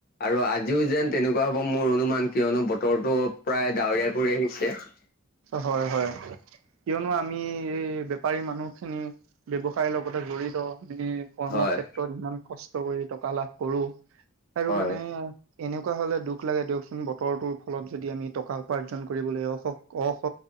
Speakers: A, on the left; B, on the right.
A: আৰু আজিও যেন তেনেকুৱা হ'ব মোৰ অনুমান কিয়নো বতৰতো প্ৰায় ডাৱৰীয়া কৰি আহিছে।
B: হয় হয়। কিয়নো আমি এই বেপাৰী মানুহখিনি ব্যৱসায়ৰ লগতে জড়িত বিলি কৰ্ম
A: হয়
B: ক্ষেত্ৰত ইমান কষ্ট কৰি টকা লাভ কৰো আৰু
A: হয়
B: মানে এনেকুৱা হলে দুখ লাগে দিয়কচোন বতৰটোৰ ফলত যদি আমি টকা উপাৰ্জন কৰিবলৈ অ অ ক্ষ